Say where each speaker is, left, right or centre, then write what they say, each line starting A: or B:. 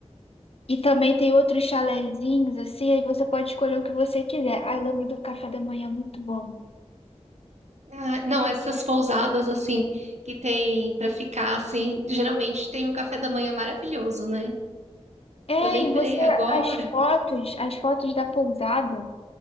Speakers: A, on the left (about 60°); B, on the right (about 80°).
A: E também tem outros chalézinhos assim, aí você pode escolher o que você quiser. Aí eu lembro do café da manhã muito bom.
B: Ah, não, essas pousadas assim que tem para ficar assim, geralmente tem um café da manhã maravilhoso, né?
A: É,
B: Eu lembrei
A: e você,
B: agora.
A: as fotos, as fotos da pousada